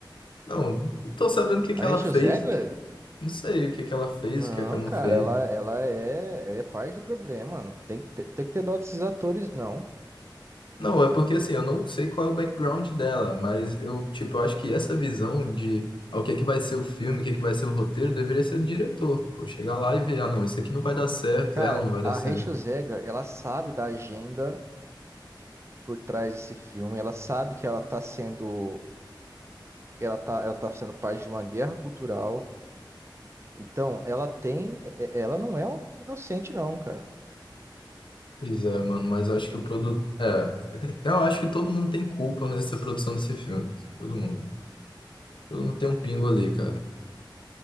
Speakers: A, on the left; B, on the right.
A: Não, não tô sabendo o que que
B: A
A: ela
B: Rachel
A: fez,
B: Zegler?
A: o que- não sei o que que ela fez,
B: Não,
A: o que é que ela
B: cara,
A: não fez.
B: ela, ela é, ela é parte do problema, mano. Tem que ter, tem que ter dó desses atores, não.
A: Não, é porque assim, eu não sei qual é o background dela, mas eu, tipo, eu acho que essa visão de ah, o que é que vai ser o filme, o que é que vai ser o roteiro, deveria ser do diretor. Pô, chegar lá e ver, ah, não, isso aqui não vai dar certo,
B: Cara,
A: ela não vai
B: a
A: dar certo.
B: Rachel Zegler, ela sabe da agenda por trás desse filme. Ela sabe que ela tá sendo ela tá, ela tá sendo parte de uma guerra cultural. Então, ela tem, é- é- ela não é um inocente, não, cara.
A: Pois é, mano, mas eu acho que o produto. É, eu acho que todo mundo tem culpa nessa produção desse filme. Todo mundo. Todo mundo tem um pingo ali, cara.